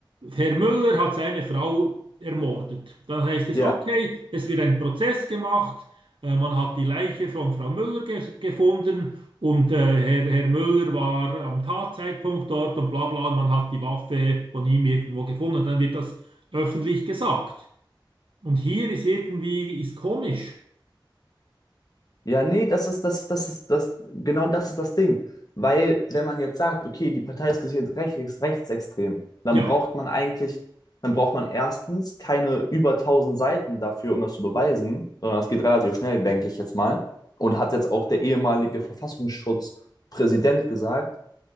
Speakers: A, on the right; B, on the left.
A: Herr Müller hat seine Frau ermordet. Dann heißt es,
B: ja.
A: okay, es wird ein Prozess gemacht. Äh, man hat die Leiche von Frau Müller ge gefunden und äh, Herr, Herr Müller war am Tatzeitpunkt dort und bla bla. Und man hat die Waffe von ihm irgendwo gefunden. dann wird das öffentlich gesagt. Und hier ist irgendwie, ist komisch.
B: Ja, nee, das ist das, das ist das, genau das ist das Ding. Weil, wenn man jetzt sagt, okay, die Partei ist gesichert rechts, rechtsextrem, dann
A: Ja,
B: braucht man eigentlich, dann braucht man erstens keine über tausend Seiten dafür, um das zu beweisen, sondern das geht relativ schnell, denke ich jetzt mal. Und hat jetzt auch der ehemalige Verfassungsschutzpräsident gesagt.